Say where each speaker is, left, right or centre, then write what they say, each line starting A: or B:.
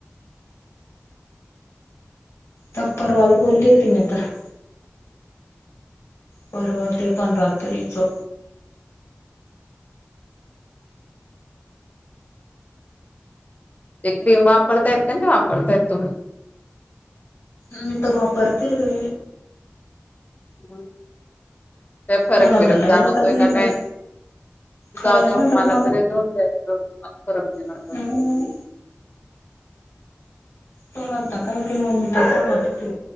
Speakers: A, on the left; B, on the left.
A: त परवाल बोलली त म तर परवा ते पण रात्रीचं
B: ते क्रीम वापरताय का नाही वापरतायेत तुम्ही
A: ह्ी तगपरतेे
B: ह का फरक
A: मला
B: बिरक
A: तर काय
B: जाणवतोय
A: वाटत
B: का
A: पर
B: काय नाही
A: काय
B: जा
A: नाही
B: दे
A: वाटत
B: मला तरी देऊन द्यायचंला फरक नाही वाटत
A: तर तुला तकाय तिंगस म पि